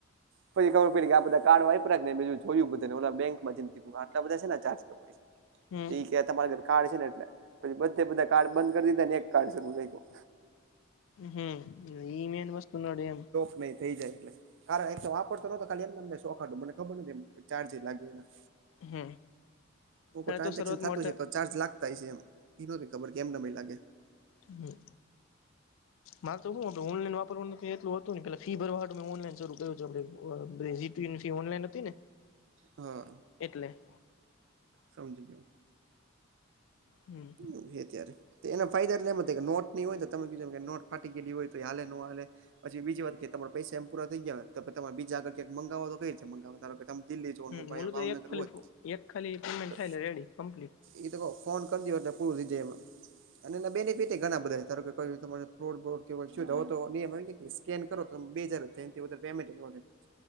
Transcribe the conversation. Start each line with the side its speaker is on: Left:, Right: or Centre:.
Right: પછી ખબર પઇડી કે આ બધા કાર્ડ વાઈપરા ને બીજુ જોયું બધાને ઓલા બેંકમાં જઈન કી વુ આટલા બધા સેના ચાર્જ કપાઈ છે?
Left: હમ
Right: તો ઈ કે તમારા ઘરે કાર્ડ છે ને એટલે પછી બધે બધા કાર્ડ બંધ કરી દીધા ને એક કાર્ડ શરૂ રાઈખો.
Left: હમ્મ ઈ ને એની વસ્તુ નડે એમ.
Right: ના થઈ જાય એટલે કારણ એક તો વાપરતો નહતો ખા એમને શોખાડું મને ખબર નથી ચાર્જ લાગી એના.
Left: હમ
Right: હું કો
Left: અરે
Right: ટ્રાન્ઝેક્શન
Left: તો શરૂઆતમાં
Right: થાતું
Left: અઢાર
Right: હસે તો જ ચાર્જ લાગતા હૈસે એમ એ નતી ખબર કે એમ નેમ એ લાગે.
Left: હમ્મ. મારે તો શું હતું ઓનલાઈન વાપરવાનું તો એટલું હતું ને પે ફી ભરવા હાટુ મેં ઓનલાઈન શરૂ કર્યું છેે. <unintelligible> તી ઓનલાઈન હતી ને.
Right: હા.
Left: એટલે.
Right: સમજી ગયું.
Left: હમ્મ.
Right: એ ત્યારે તો એના ફાયદા એટલે એમ કે નોટ નહીં હોય તો તમે કું છે કે નોટ ફાટી ગયેલી હોય તો એ હાલે નો હાલે પછી બીજી વાત કે તમારો પૈસા એમ પૂરા થઈ ગયા ને કે પહે તમારે બીજા આગ ક્યાકં માંગવો તો કઈ રીતે મંગાવવો ધારો કે તેમ દિલ્હી જો
Left: હમ
Right: ભાવનગર
Left: ઓલું તો એક ખાલી
Right: હોય
Left: એક ખાલી પેમેન્ટ
Right: કે
Left: થાયલે રેડી કમ્પ્લીટ
Right: ઈ તો કો ફોન તબ દિયા તા પૂરથી જેમાં. અને એના બેનિફિટ એ ઘણા બધા ધારો કે તમારે ફ્રોડ બ્રોડ કે વચ્ચે જાઉં કે નહીં એમાં એ કેસ સ્કેન કરો તો બે હજાર થાય ને વધારે પેમેન્ટ નો થાય.